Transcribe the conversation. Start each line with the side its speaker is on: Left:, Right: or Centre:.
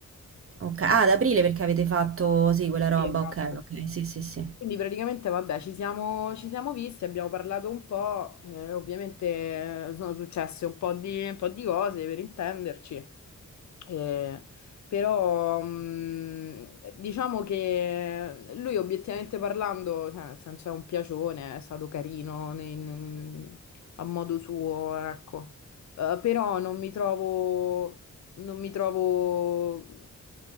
Right: Ok, ah, ad aprile perché avete fatto, sì, quella roba,
Left: Sì, esatto.
Right: ok, ok, sì, sì, sì.
Left: Quindi praticamente, vabbè, ci siamo, ci siamo visti, abbiamo parlato un po', eh, ovviamente eh, sono successe un po' di, un po' di cose per intenderci, eh, però mh, diciamo che lui obiettivamente parlando, cioè, nel senso è un piacione, è stato carino nei- nei- a modo suo, ecco, Eh, però non mi trovo, non mi trovo